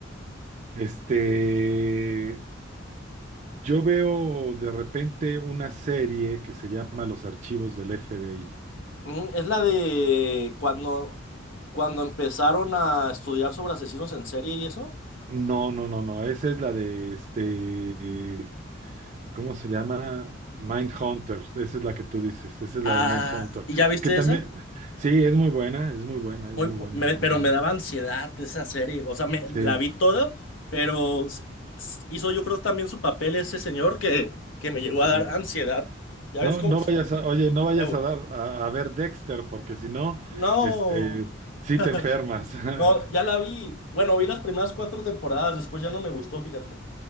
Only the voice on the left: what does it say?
Mm, es la de cuando, cuando empezaron a estudiar sobre asesinos en serie y eso.
Ah,
¿y ya viste
esa?
Muy,
bu-
me-
pero
me daba ansiedad esa serie. O sea, me
la vi toda, pero s- s- hizo yo creo también su papel ese señor que, que me llegó a dar
ansiedad. Ya
ves cómo.
Ew.
No.
<laughs>
No,
ya la vi. Bueno, vi las primeras cuatro temporadas, después ya no me gustó, fíjate.